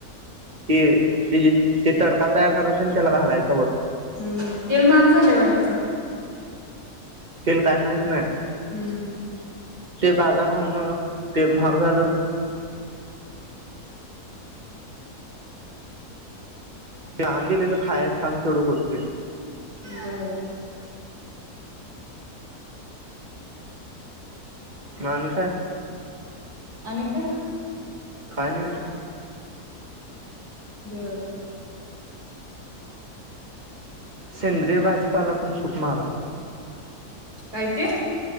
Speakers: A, on the right; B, on the right.
A: ते ते ते तडका तयार करायचं आणि त्याला घालायचं
B: हम् हम तेल महाग झालंय वडतं.
A: तेला काय माहत नाही.
B: हम्म हम्म.
A: ते बाजारण ते म्हाग झााल. लहान दिलेलं खायच काम तेवढं करतोय.
B: बर.
A: म आणी काय?
B: आणी काय?
A: काय नाही.
B: बर.
A: सेंद्रिय भाजीपाला पण खूप महागय.
B: काय ते.